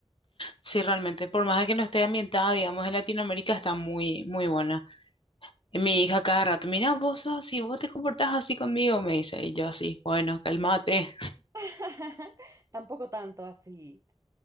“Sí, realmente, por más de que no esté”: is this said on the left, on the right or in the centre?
Left